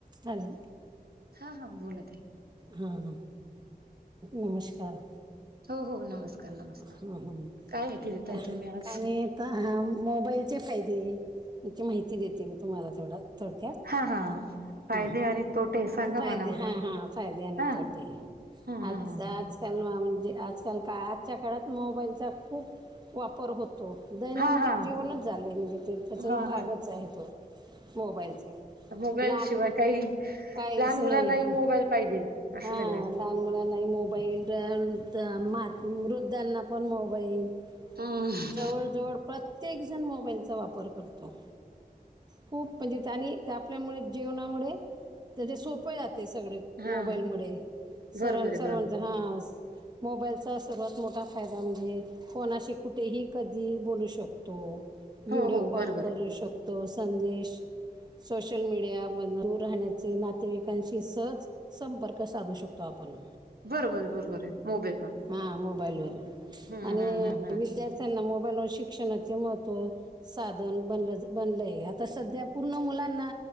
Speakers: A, on the right (about 25°); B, on the right (about 75°).
A: हॅलो
B: हा हा बोलत आहे
A: हां हां नमस्कार
B: हो हो नमस्कार नमस्कार
A: ह ह
B: काय माहिती देताय तुम्ही आज
A: आणि आता मोबाईलचे फायदे याची माहिती देते मी तुम्हाला थोडं थोडक्यात
B: हा हा फायदे आणि तोटे सांगा
A: फायदे
B: मला बरं
A: हा हा फायदे आणि
B: हा
A: तोटे
B: हम्
A: अज
B: हम हम
A: आज
B: ह
A: काल म्हणजे आजकाल का आजच्या काळात मोबाईलचा खूप वापर होतो दैनंदन
B: हा हा
A: जीवनच झालंय म्हणजे ते त्याचा
B: हा
A: एक भागच
B: हा
A: आहे तो मोबाईलचा
B: मोबाईलशिवाय
A: लहान मु-
B: काही
A: काहीच
B: लहान मुलांनाही
A: नाही हां
B: मोबाईल पाहिजे असं
A: हां
B: झालंय
A: लहान मुलांना मोबाईल मात मृद्धांना पण मोबाईल
B: हम्म
A: जवळ जवळ प्रत्येक जण मोबाईलचा वापर करतो खूप म्हणजे त्यांनी ते आपल्यामुळे जेवणामुळे तर ते सोप जाते सगळ
B: हा
A: मोबाईल मु सरां
B: बरोबर आहे
A: सर्वांच
B: बरोबर
A: हा मोबाईल. त्याचा सर्वात मोठा फायदा म्हणजे, कोणाशी कुठेही कधी बोलू शकतो. व्हिडिओ
B: हो हो
A: कॉल
B: बरोबर
A: करू
B: आहे
A: शकतो. संदेश सोशल मीडिया मधन दूर राहण्याचे नातेवाईकांशी सहज, संपर्क साधू शकतो. आपण
B: बरोबर बरोबर आहे मोबाईल वर.
A: हा मोबाईल वर,
B: हम्म
A: आणि
B: हम्म हम्म हम्म
A: विद्यार्थ्यांना मोबाईलवर शिक्षणाचे महत्त्व. साधन बनल बनलय, आता सध्या पूर्ण मुलांना.